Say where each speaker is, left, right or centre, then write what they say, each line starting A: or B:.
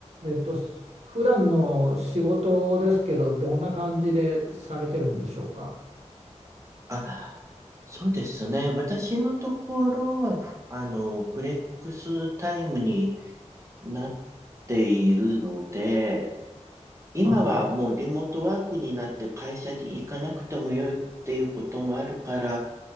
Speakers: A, on the right; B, on the right.
A: えっと、し普段の仕事ですけど、どんな感じでされてるんでしょうか。
B: あ、そうですね。私のところは、ふあの、フレックスタイムになっているので、今はもうリモートワークになって会社に行かなくてもよいっていうこともあるから、
A: あ、フレックス。